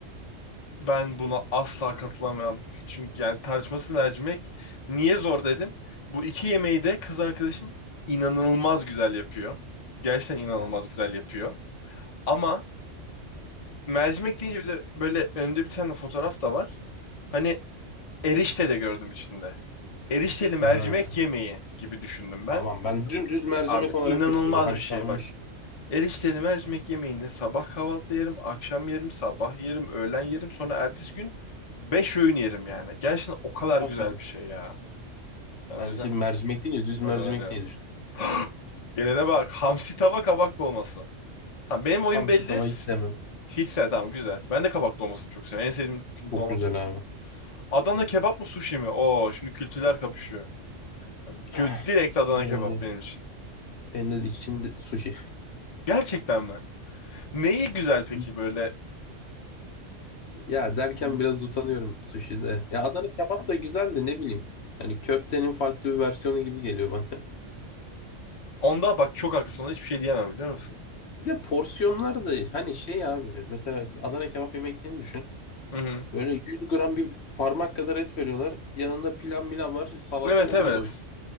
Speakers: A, on the left; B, on the left.
A: Ben buna asla katılamam. Çünkü yani tartışmasız mercimek niye zor dedim. Bu iki yemeği de kız arkadaşım inanılmaz güzel yapıyor. Gerçekten inanılmaz
B: Ha,
A: güzel yapıyor. Ama mercimek deyince bir de böyle önünde bir tane fotoğraf da var. Hani erişte de gördüm içinde. Erişteli mercimek
B: ha.
A: yemeği gibi düşündüm ben.
B: Tamam ben dümdüz mercimek
A: Abi
B: olarak
A: inanılmaz
B: düşündüm. Bu haşlanmış.
A: bir şey bak. Erişteli mercimek yemeğini sabah kahvaltıda yerim, akşam yerim, sabah yerim, öğlen yerim, sonra ertesi gün 5 öğün yerim yani. Gerçekten o kadar
B: Afiyet
A: güzel
B: olsun.
A: bir şey ya. Ben o
B: Ben
A: yüzden
B: de şimdi mercimek deyince düz
A: bu kazanır
B: mercimek
A: diyorum.
B: diye düşündüm.
A: <gasps> Gelene bak. Hamsi tava kabak dolması. Tamam benim oyun
B: Hamsi
A: belli.
B: tavayı
A: S-
B: sevmem.
A: Hiç sen tamam güzel. Ben de kabak dolmasını çok seviyorum. En sevdiğim
B: Çok
A: dolma
B: güzel
A: türüdür.
B: abi.
A: Adana kebap mı sushi mi? Oo şimdi kültürler kapışıyor.
B: <sighs>
A: Gö- direkt Adana
B: Ee,
A: kebap benim için.
B: benim de içinde sushi.
A: Gerçekten mi? Neyi güzel peki
B: <laughs>
A: böyle?
B: Ya derken
A: Hmm,
B: biraz utanıyorum sushi'de. Ya Adana kebap da güzeldi ne bileyim. Hani köftenin farklı bir versiyonu gibi geliyor bana. <laughs>
A: Onda bak çok haklısın. Ona hiçbir şey diyemem biliyor musun?
B: Bir de porsiyonlar da hani şey abi. Mesela Adana kebap yemek yediğini düşün.
A: Hı hı.
B: Böyle 100 gram bir parmak kadar et veriyorlar. Yanında pilav milav var. Salata
A: Evet
B: onunla
A: evet.
B: doyuyor.